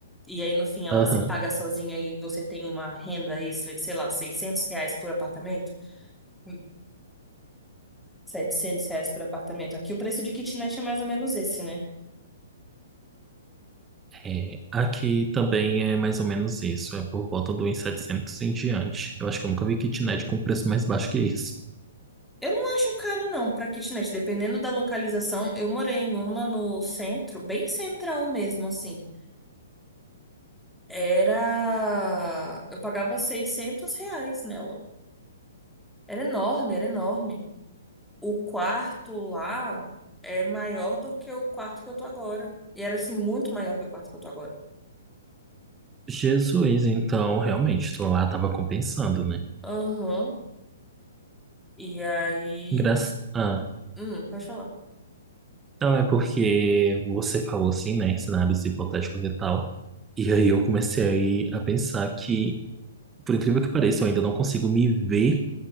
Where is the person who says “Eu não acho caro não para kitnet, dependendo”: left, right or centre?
Centre